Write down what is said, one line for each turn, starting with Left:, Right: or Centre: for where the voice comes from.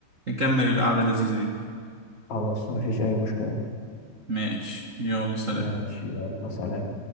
Right: نكمل القعدة اللذيذة دي
Left: خلاص مفيش اي مشكلة
Right: ماشي يلا سلام
Left: ماشي يلا سلام